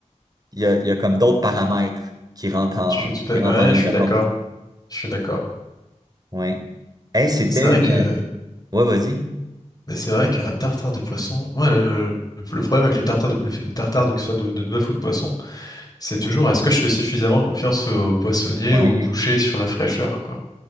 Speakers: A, on the right; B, on the left.
A: il y a, il y a comme d'autres paramètres qui rentrent en,
B: Je suis tout
A: qui
B: à...
A: rentrent en
B: Ouais,
A: ligne
B: je suis
A: de
B: d'accord.
A: compte.
B: Je suis d'accord.
A: Ouais. Hey, c'était
B: Mais c'est vrai
A: une...
B: que,
A: Ouais, vas-y.
B: mais c'est vrai qu'un tartare de poisson, moi, le, le problème avec les tartares de, les tartares de, que ce soit de, de bœuf ou de poisson, c'est toujours est-ce que je fais suffisamment confiance au poissonnier
A: Ouais.
B: ou au boucher sur la fraîcheur, quoi.